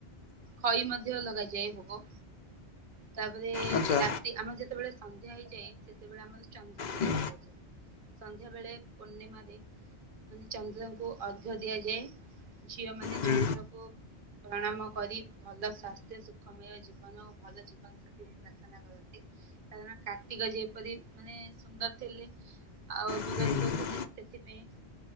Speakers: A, on the right; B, on the left.
A: ଖଇ ମଧ୍ୟ ଲଗାଯାଏ ଭୋଗ। ତାପରେ
B: ଆଚ୍ଛା
A: ରାତି ଆମର ଯେତେବେଳେ ସନ୍ଧ୍ୟା ହେଇଯାଏ ସେତେବେଳେ ଆମର ଚନ୍ଦ୍ର ପୂଜା
B: ହୁଁ,
A: କରାଯାଏ ସନ୍ଧ୍ୟା ବେଳେ ପୂର୍ଣ୍ଣିମାରେ ମାନେ ଚନ୍ଦ୍ରଙ୍କୁ ଅର୍ଘ୍ୟ ଦିଆଯାଏ ଝିଅ ମାନେ
B: ହୁଁ,
A: ଚନ୍ଦ୍ରକୁ ପ୍ରଣାମ କରି ଭଲ ସ୍ୱାସ୍ଥ୍ୟ ସୁଖମୟ ଜୀବନ ଓ ଭଲ ଜୀବନ ସେଥିପାଇଁ ପ୍ରାର୍ଥନା କରନ୍ତି କାରଣ କାର୍ତ୍ତିକ ଯେପରି ମାନେ ସ ସୁନ୍ଦର ଥିଲେ ଆଉ
B: ହୁଁ,
A: ବୀରତ୍ୱ ଥିଲେ ସେଥିପାଇଁ